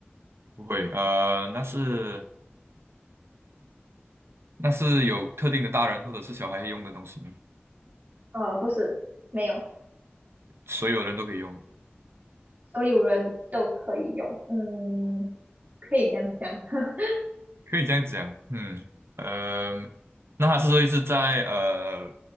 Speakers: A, on the right; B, on the right.
A: 不会，呃，那是那是有特定的大人或者是小孩用的东西吗？
B: 呃，不是，没有，
A: 所有人都可以用，
B: 所有人都可以用。嗯，可以这样讲。<laughs>
A: 可以这样讲。嗯，呃，那它是会是在呃